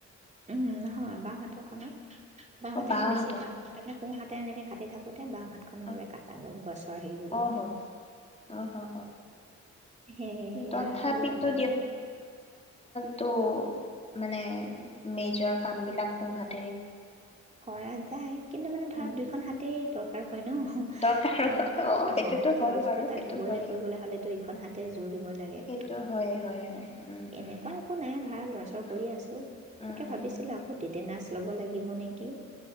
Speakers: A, on the right; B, on the left.
A: উম নহয় বাওঁহাতৰ খনৰ বাঁহতেহে
B: অ বাওঁ
A: বেছি
B: হাতৰ
A: কাম হয় তাৰমানে সোহাত তেনেকে কাটি থাকোঁ এয়া বাওঁহাত খনৰ
B: অ
A: যে কটা গ'ল গছৰ হেৰি বুলি
B: অ হ'ল অ হ হ
A: সেইয়া
B: তথাপিতো
A: সেইবিলাক বানে
B: ত' মানে মেজৰ কাম বিলাক সো হাত
A: কৰা যায় কিন্তু মানে ধৰা
B: উম
A: দুইখন হাতে হয় ন
B: দৰকাৰ
A: এতিয়া
B: অ সেইটোতো
A: অঁ এতিয়া
B: হয়
A: বস্তু
B: বাৰু
A: এটা
B: সেইটো
A: ধুবলৈ
B: হয়
A: কৰিবলৈ হ'লেতো ইখন হাতে জোৰ দিব লাগে
B: সেইটো হয় হয় হয় উম
A: এনেকুৱা
B: উম
A: একো নাই ধৰা লৰাচৰ
B: উম
A: কৰি আছোঁ
B: উম
A: তাকে
B: উম
A: ভাবিছিলোঁ আকৌ তেনাচ ল'ব লাগিব নেকি